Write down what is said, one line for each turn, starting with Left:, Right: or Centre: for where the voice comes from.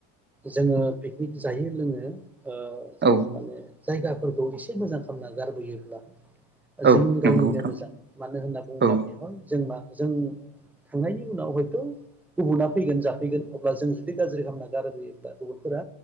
Centre: जोंङो पिकनिक जायो लोङो जोंङो
Right: औ
Centre: माने जायगाफोरखौ एसे मोजां खालामना गारबोयोब्ला
Right: औ
Centre: जों गावनिनो
Right: नंगौ नोंथां
Centre: मोजां मानो होनना बुंङोब्ला
Right: औ
Centre: बेहाय जों मा जों थांनायनि उनाव हयथ गुबुना फैगोन जाफैगोन अब्ला जों गाज्रि खालामना गारबोयोब्ला गुबुनफोरा